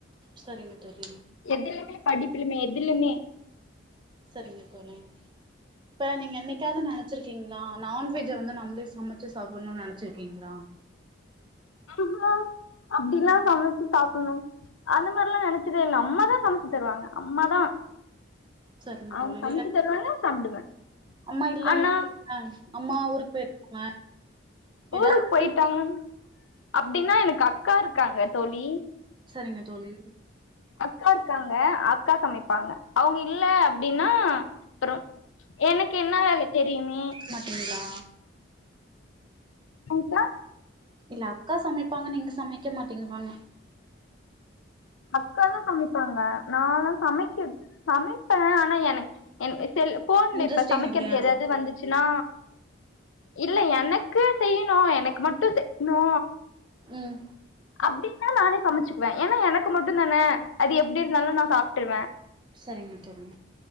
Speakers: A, on the right; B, on the left.
A: சரிங்க தோழி
B: எதிலுமே படிப்பிலுமே எதிலுமே
A: சரிங்க தோழி இப்ப நீங்க என்னைக்காவது நெனைச்சிருக்கீங்களா நான்வெஜ்ஜை வந்து நம்மளே சமைச்சி சாப்பிடணும்னு நெனைச்சிருக்கீங்களா
B: அஹ அப்டிலாம் சமைச்சி சாப்டணும் அந்த மாரி எல்லாம் நினைச்சதே இல்ல அம்மாதா சமைச்சி தருவாங்க அம்மாதா
A: சரிங்க
B: அவுங்க
A: தோழி
B: சமச்சி
A: இல்ல
B: தருவாங்க சாப்டுவே
A: அம்மா இல்லனு
B: ஆனா
A: சொன்னா அம்மா ஊருக்கு போயிருக்காங்க
B: ஊருக்கு
A: ஏதாவது
B: போய்ட்டாங்க அப்டின்னா எனக்கு அக்காருக்காங்க தோழி
A: சரிங்க தோழி
B: அக்காருக்காங்க அக்கா சமைப்பாங்க அவுங்க இல்ல அப்டின்னா அப்றோ எனக்கு இன்ன வேல தெரியுமே
A: மாட்டீங்ளா
B: சம்சா
A: இல்ல அக்கா சமைப்பாங்க நீங்க சமைக்க மாட்டீங்க தான
B: அக்கால்லா சமைப்பாங்க நாளா சமைக்க சமைப்பேன் ஆனா எனக்கு என்ன செல்லுஃ போன்ல
A: இன்ட்ரெஸ்டிங்
B: இப்ப சமைக்கிறது
A: இல்லையா
B: ஏதாது வந்து ச்சினா இல்ல எனக்கு செய்யினு எனக்கு மட்டு செய்யினு
A: உம்
B: அப்டினா நானே சமச்சுக்குவன் ஏன்னா எனக்கு மட்டுந்தான அது எப்டி இருந்தாலு நா சாப்டுருவேன்
A: சரிங்க தோழி